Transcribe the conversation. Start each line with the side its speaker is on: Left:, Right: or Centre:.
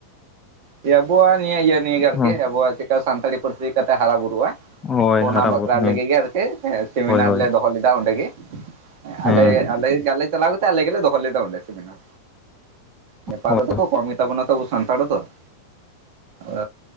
Right: <unintelligible> ᱟᱵᱚᱣᱟᱜ ᱱᱤᱭᱟᱹᱤᱭᱟᱹ ᱱᱤᱭᱮ ᱜᱮ ᱟᱨᱠᱤ
Left: ᱦᱚᱸ
Right: ᱟᱵᱚᱣᱟᱜ ᱪᱮᱠᱟ ᱥᱟᱱᱛᱟᱲᱤ ᱯᱟᱹᱨᱥᱤ ᱪᱮᱫ ᱞᱮᱠᱟ ᱛᱮ ᱦᱟᱨᱟ ᱵᱩᱨᱩᱜᱼᱟ ᱾
Left: ᱦᱳᱭ
Right: ᱚᱱᱟ
Left: ᱦᱟᱨᱟ
Right: ᱵᱟᱠᱷᱨᱟ
Left: ᱵᱩᱨᱩ ᱦᱮᱸ
Right: ᱞᱟᱹᱜᱤᱫ ᱜᱮ ᱟᱨᱠᱤ ᱥᱮᱢᱤᱱᱟᱨ
Left: ᱦᱳᱭ ᱦᱳᱭ
Right: ᱞᱮ ᱫᱚᱦᱚ ᱞᱮᱫᱟ ᱚᱸᱰᱮ ᱜᱮ
Left: ᱦᱮᱸ
Right: ᱟᱞᱮ <unintelligible> ᱟᱞᱮ ᱪᱟᱞᱟᱣ ᱠᱟᱛᱮ ᱜᱮ ᱟᱞᱮ ᱜᱮ ᱞᱮ ᱫᱚᱦᱚ ᱞᱮᱫᱟ ᱚᱸᱰᱮ ᱥᱤᱢᱤ ᱱᱟᱨ ᱱᱮᱯᱟᱞ
Left: ᱦᱳᱭ
Right: ᱨᱮᱫᱚ ᱠᱚ ᱠᱚᱢ ᱜᱮᱛᱟ ᱵᱚᱱᱟ ᱛᱚ ᱟᱵᱚ ᱥᱟᱱᱛᱟᱲ ᱫᱚ ᱾ ᱚ